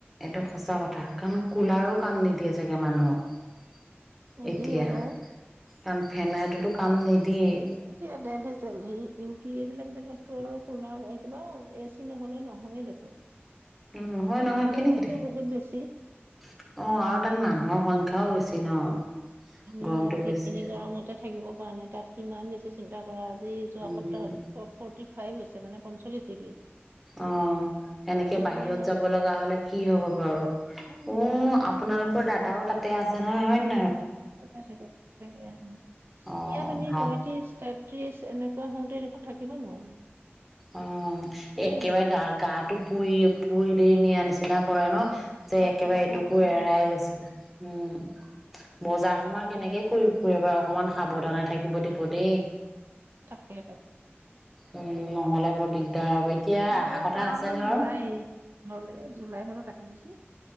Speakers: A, in the centre; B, on the right (about 55°).
A: এইটো সঁচা কথা কাৰণ, কুলাৰো কাম নিদিয়ে চাগে মানুহক।
B: নিদিয়ে
A: এতিয়া
B: অ', আই।
A: কাৰণ, ফেনেইতো কাম নিদিয়েই।
B: এতিয়া দেলহি চেলহি, ইউ পি এই বিলাক জেগাততো আৰু কুলাৰ কিবা এ চি নহ'লে নহয়ে দেখোন।
A: নহয়,
B: তাততো
A: নহয়
B: গৰমটো
A: কেনেকে থাকে অ',
B: বহুত বেছি।
A: আৰু তাত মানুহৰ সংখ্যা খাওঁ হৈছে ন'?
B: আমি
A: গৰমটো
B: ইয়াত
A: বেছি
B: এইখিনি গৰমতে থাকিব পৰা নাই, তাত কিমান বেছি চিন্তা কৰা আজি যোৱা
A: উম
B: সপ্তাহত ফ'ৰ্টি ফাইভ হৈছে। মানে পঞ্চলিছ ডিগ্ৰী।
A: অ', এনেকে
B: আমাৰ
A: বাহিৰত
B: ইয়াত
A: যাব লগা হ'লে কি হ'ব বাৰু উম,
B: অ আমাৰ ইয়াত
A: আপোনালোকৰ দাদাও তাতে তাতে আছে নহয় হয়নে
B: থাকে, থাকে আহ,
A: অ
B: ইয়াত আমি
A: ভাল
B: পয়ত্ৰিশ, তেত্ৰিশ এনেকুৱা হওঁতে দেখোন থাকি থাকিব নোৱাৰো।
A: অ',
B: হয়
A: একেবাৰে
B: নে নহয়?
A: গাটো পুৰি, পুৰি দি নিয়া নিচিনা কৰে ন'? যে
B: তাত
A: একেবাৰে
B: কেনেকুৱা
A: এইটোকো
B: হ'ব চিন্তা
A: এৰাই
B: কৰা
A: গৈছে, উম, বজাৰ আমাৰ কেনেকে কৰি ফুৰে বাৰু অকমান সাৱধানে থাকিব দিব দেই।
B: তাকে
A: উম। নহ'লে বৰ দিগদাৰ হব এতিয়া
B: বিনা
A: অহা কথা
B: কাৰণত
A: আছেনে বাৰু
B: নোলায়ে, ঘৰলৈ জুলাই মানত আহে নেকি। কি?